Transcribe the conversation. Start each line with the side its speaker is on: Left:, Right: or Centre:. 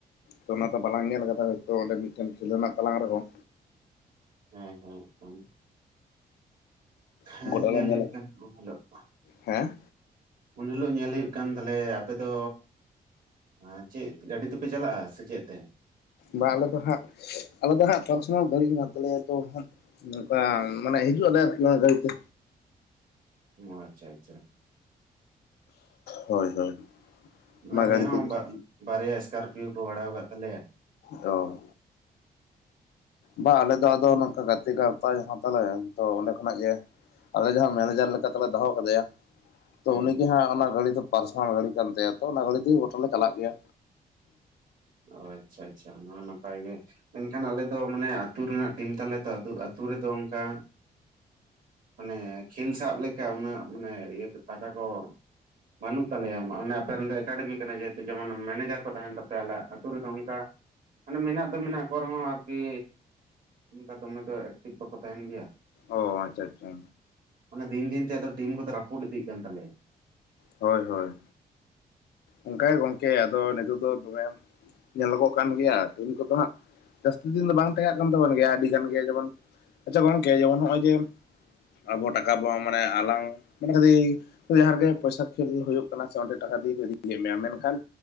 Left: ᱛᱚ ᱚᱱᱟ ᱫᱚ ᱵᱟᱞᱟᱝ ᱧᱮᱞ ᱠᱟᱫᱟ ᱦᱳᱭᱛᱚ ᱚᱸᱰᱮ ᱢᱤᱫᱴᱮᱱ ᱠᱷᱮᱞᱳ ᱨᱮᱱᱟᱜ ᱛᱟᱞᱟᱝ ᱨᱮᱦᱚᱸ
Right: ᱦᱮᱸ ᱦᱮᱸ ᱦᱮᱸ ᱟᱜᱠᱷᱟᱱ ᱦᱮᱸ
Left: ᱜᱚᱰᱟ
Right: ᱧᱮᱞ
Left: ᱞᱮ ᱧᱮᱞᱟ
Right: ᱦᱩᱭᱩᱜ ᱠᱟᱱᱟ ᱩᱱ ᱦᱤᱞᱚᱜ
Left: ᱦᱮᱸ
Right: ᱩᱱ ᱦᱤᱞᱳᱜ ᱧᱮᱞ ᱦᱩᱭᱩᱜ ᱠᱟᱱ ᱛᱟᱞᱮᱭᱟ, ᱟᱯᱮ ᱫᱚ ᱟ ᱪᱮᱫ ᱜᱟᱹᱰᱤ ᱛᱮᱯᱮ ᱪᱟᱞᱟᱜᱼᱟ, ᱥᱮ ᱪᱮᱫ ᱛᱮ?
Left: ᱵᱟᱝ ᱟᱞᱮ ᱫᱚ ᱦᱟᱸᱜ ᱟᱞᱮ ᱫᱚ ᱦᱟᱸᱜ ᱯᱟᱨᱥᱚᱱᱟᱞ ᱜᱟᱹᱰᱤ ᱢᱮᱱᱟᱜ ᱛᱟᱞᱮᱭᱟ ᱛᱚ ᱦᱟᱸᱜ᱾ ᱱᱚᱝᱠᱟ ᱢᱟᱱᱮ ᱦᱤᱡᱩᱜ ᱟᱞᱮ ᱟᱨᱠᱤ ᱚᱱᱟ ᱜᱟᱹᱲᱤ ᱛᱮ᱾
Right: ᱚ ᱟᱪᱪᱷᱟ ᱟᱪᱪᱷᱟ᱾
Left: ᱦᱳᱭ ᱦᱳᱭ᱾ ᱚᱱᱟ
Right: ᱟᱞᱮ
Left: ᱜᱟᱹᱲᱤ
Right: ᱦᱚᱸ
Left: ᱛᱮᱜᱮ
Right: ᱵᱟ ᱵᱟᱨᱭᱟ ᱤᱥᱠᱟᱨᱯᱤᱭᱳ ᱠᱚ ᱵᱷᱟᱲᱟᱣ ᱠᱟᱫ ᱛᱟᱞᱮᱭᱟ᱾
Left: ᱚ᱾ ᱵᱟ ᱟᱞᱮ ᱫᱚ ᱟᱫᱚ ᱱᱚᱝᱠᱟ ᱜᱟᱛᱮ ᱜᱟᱶᱛᱟ ᱡᱟᱦᱟᱸ ᱛᱟᱞᱮ ᱛᱚ ᱚᱸᱰᱮ ᱠᱷᱚᱱᱟᱜ ᱜᱮ ᱟᱞᱮ ᱡᱟᱦᱟᱸ ᱢᱮᱱᱮᱡᱟᱨ ᱞᱮᱠᱟᱛᱮᱞᱮ ᱫᱚᱦᱚ ᱠᱟᱫᱮᱭᱟ ᱛᱚ
Right: ᱦᱩᱸ
Left: ᱩᱱᱤᱜᱮ
Right: ᱦᱩᱸ
Left: ᱦᱟᱸᱜ ᱚᱱᱟ ᱜᱟᱹᱲᱤ ᱫᱚ ᱯᱟᱨᱥᱚᱱᱟᱞ ᱜᱟᱹᱰᱤ ᱠᱟᱱ ᱛᱟᱭᱟ ᱛᱚ ᱚᱱᱟ ᱜᱟᱹᱲᱤ ᱫᱚ ᱜᱟᱴᱟ ᱞᱮ ᱪᱟᱞᱟᱜ ᱜᱮᱭᱟ᱾
Right: ᱚ ᱟᱪᱪᱷᱟ ᱟᱪᱪᱷᱟ ᱚᱱᱟ ᱦᱚᱸ ᱱᱟᱯᱟᱭ ᱜᱮ ᱢᱮᱱᱠᱷᱟᱱ ᱟᱞᱮ ᱫᱚ ᱢᱟᱱᱮ ᱟᱛᱩ ᱨᱮᱱᱟᱜ ᱴᱤᱢ ᱛᱟᱞᱮ ᱛᱚ ᱟᱛᱩ ᱨᱮᱫᱚ ᱚᱝᱠᱟ ᱢᱟᱱᱮ ᱠᱷᱮᱞ ᱥᱟᱵ ᱞᱮᱠᱟ ᱩᱱᱟᱹᱜ ᱢᱟᱱᱮ ᱤᱭᱟᱹ ᱴᱟᱠᱟ ᱠᱚ ᱵᱟᱹᱱᱩᱜ ᱛᱟᱞᱮᱭᱟ ᱚᱱᱮ ᱟᱯᱮᱨᱮᱱ ᱫᱚ ᱮᱠᱟᱰᱮᱢᱤ ᱠᱟᱱᱟ ᱡᱮᱦᱮᱛᱩ ᱡᱮᱢᱚᱱ ᱢᱮᱱᱮᱡᱟᱨ ᱠᱚ ᱛᱟᱦᱮᱸᱱ ᱛᱟᱯᱮᱭᱟ ᱟᱞᱮ ᱟᱛᱩ ᱨᱮᱫᱚ ᱚᱝᱠᱟ ᱢᱟᱱᱮ ᱢᱮᱱᱟᱜ ᱫᱚ ᱢᱮᱱᱟᱜ ᱠᱚ ᱨᱮᱦᱚᱸ ᱟᱨᱠᱤ ᱚᱝᱠᱟ ᱫᱚᱢᱮ ᱫᱚ ᱮᱠᱴᱤᱠ ᱵᱟᱠᱚ ᱛᱟᱦᱮᱸᱱ ᱜᱮᱭᱟ᱾
Left: ᱚ ᱟᱪᱪᱷᱟ ᱟᱪᱪᱷᱟ᱾
Right: ᱢᱟᱱᱮ ᱫᱤᱱ ᱫᱤᱱ ᱛᱮ ᱴᱤᱢ ᱠᱚᱫᱚ ᱨᱟᱹᱯᱩᱫ ᱤᱫᱤᱜ ᱠᱟᱱ ᱛᱟᱞᱮᱭᱟ᱾
Left: ᱦᱳᱭ ᱦᱳᱭ᱾ ᱚᱝᱠᱟ ᱜᱮ ᱜᱚᱝᱠᱮ ᱟᱫᱚ ᱱᱤᱛᱚᱜ ᱫᱚ ᱫᱚᱢᱮᱢ ᱧᱮᱞᱚᱜᱚᱜ ᱠᱟᱱ ᱜᱮᱭᱟ ᱫᱤᱱ ᱠᱚᱫᱚ ᱦᱟᱸᱜ ᱡᱟᱹᱥᱛᱤ ᱫᱤᱱ ᱫᱚ ᱵᱟᱝ ᱛᱟᱦᱮᱸᱱ ᱠᱟᱱ ᱛᱟᱵᱚᱱ ᱜᱮᱭᱟ ᱟᱹᱰᱤ ᱜᱟᱱ ᱜᱮ ᱡᱮᱢᱚᱱ ᱟᱪᱪᱷᱟ ᱜᱚᱝᱠᱮ ᱡᱮᱢᱚᱱ ᱱᱚᱜᱼᱚᱭ ᱡᱮ ᱟᱵᱚ ᱴᱟᱠᱟ ᱵᱚᱱ ᱢᱟᱱᱮ ᱟᱞᱟᱝ ᱢᱟᱱᱮ <unintelligible> ᱡᱟᱦᱟᱸ ᱨᱮᱜᱮ ᱯᱚᱭᱥᱟ ᱠᱷᱮᱞ ᱦᱩᱭᱩᱜ ᱠᱟᱱᱟ ᱥᱮ ᱚᱸᱰᱮ ᱴᱟᱠᱟ ᱫᱤᱭᱮ ᱠᱚ ᱤᱫᱤᱭᱮᱫ ᱢᱮᱭᱟ, ᱢᱮᱱᱠᱷᱟᱱ